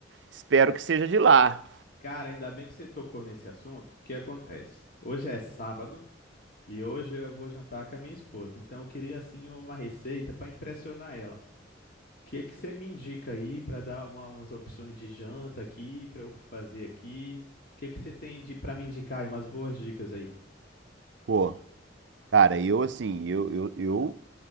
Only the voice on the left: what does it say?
Cara, ainda bem que você tocou nesse assunto. O que acontece? Hoje é sábado e hoje eu vou jantar com a minha esposa. Então eu queria assim uma receita para impressionar ela. O que que você me indica aí para dar uma- umas opções de janta aqui, para eu fazer aqui? O que que você tem de para me indicar aí umas boas dicas aí?